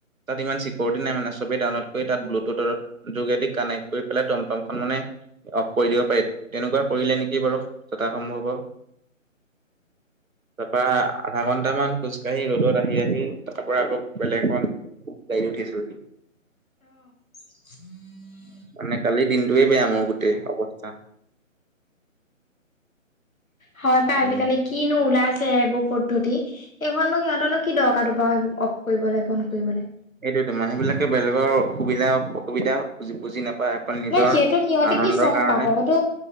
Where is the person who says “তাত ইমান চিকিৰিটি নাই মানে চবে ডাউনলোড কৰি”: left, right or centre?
Right